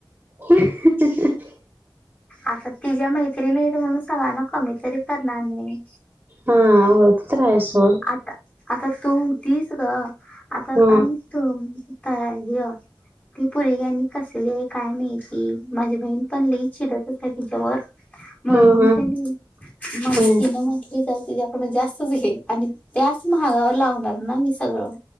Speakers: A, on the right; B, on the left.
A: <unintelligible>
B: आता तिझ्या मैत्रीणी आहेत म्हणून सगळ्यांना कमी तरी करणार नाही.
A: हा होय, ते तर आहे सोड.
B: आता तू होतीस गं, आता
A: हा
B: कण तूम ता हय, ती पुरी आणि कसली आहे काय माहीत? ही माझी बहीण पण, लय चिडत होत्या तिच्यावर म्हणून
A: हा हा
B: क नाही, माफ
A: हा
B: केलं म्हणती काय तिच्यापुढं जास्तच विषय अनिक त्याच महागाव लावणार ना? मी सगळं